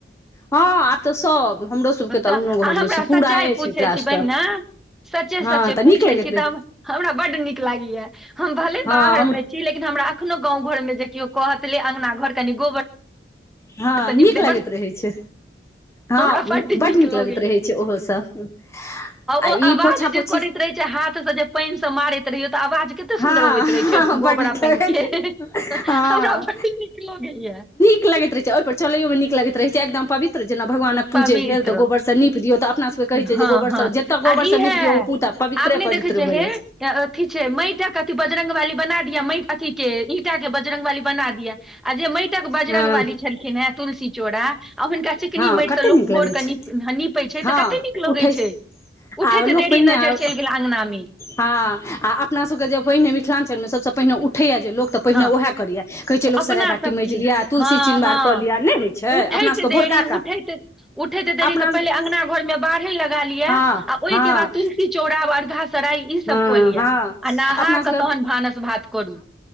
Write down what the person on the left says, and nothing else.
हँ आब तऽ सभ हमरो सभके
तऽ अङ्गनो घरमे
पूराए
छै प्लास्टर
हँ
तऽ
नीक लगैत
रहै
हँ
हम
हँ
नीक
लगैत रहै छै
हँ
बड नीक
लगैत रहै छै ओहो सब आ
ई पोछा
पोछ
हँ
बड्ड
नीक
लगैत
रहै
हँ
नीक लैत छैहि पर चलैोमे नीक लैत छै एकदम पवित्र जेना भगवानक पूजे
भेल तऽ गोबरसँ नीप दियौ तऽ अपना सबके कहै छै
जे गोबर
सब जतय गोबर
सब न निप दियौ ओ पूता पवित्रे
पवित्र
हो
जाइ छै
हँ
हँ
कते
नीक
लगै छै
हँ
उठै
आब लोक
पहिने
आब
हँ आ अपना सभके जे पहिने मिथिलाञचलमे सभसँ पहिने उठैया जे लोक तऽ पहिने
ओएह करैय कहै छै लोक
सराय बाटी
मजि लि तुलसी
चिनबार
कऽ लिया नहि होइ छै
अपना सबके
भोरका
काज
अपना
सबके
हँ
हँ
हँ
हँ
अपना सबके